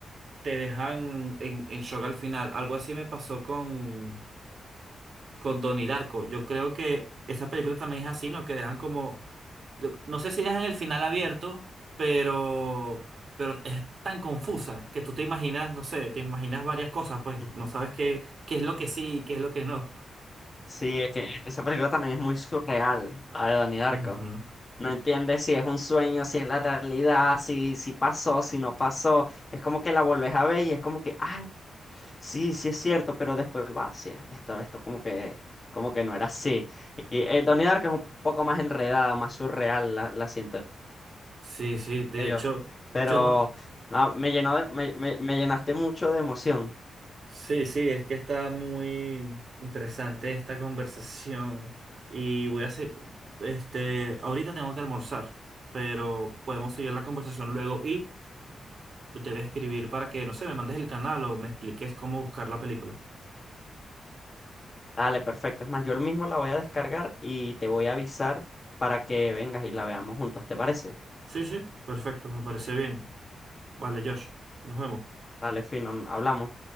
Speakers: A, on the right; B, on the left.
A: te dejan en, en shock al final. Algo así me pasó con, con Donnie Darko. Yo creo que esa película también es así, ¿no? Que dejan como, yo- no sé si dejan el final abierto, pero, pero es tan confusa que tú te imaginas, no sé, te imaginas varias cosas, pues
B: Ujú.
A: no sabes qué, qué es lo que sí y qué es lo que no.
B: Sí, es que esa película también es muy surreal, la de Donnie Darko.
A: Ujú.
B: No entiendes si es un sueño, si es la realidad, si, si pasó, si no pasó. Es como que la volvés a ver y es como que, ah, sí, sí es cierto, pero después va, sí, esto, esto como que, como que no era así. Y eh, Donnie Darko es un poco más enredada, más surreal, la, la siento
A: Sí, sí, de
B: yo.
A: hecho,
B: Pero
A: yo no.
B: no, me llenó de- me, me, me llenaste mucho de emoción.
A: Sí, sí, es que está muy interesante esta conversación y voy a hacer, este, ahorita tengo que almorzar, pero podemos seguir la conversación luego y te voy a escribir para que, no sé, me mandes el canal o me expliques cómo buscar la película.
B: Dale, perfecto. Es más, yo mismo la voy a descargar y te voy a avisar para que vengas y la veamos juntos, ¿te parece?
A: Sí, sí, perfecto, me parece bien. Vale, Josh, nos vemos.
B: Dale, fino, hablamos.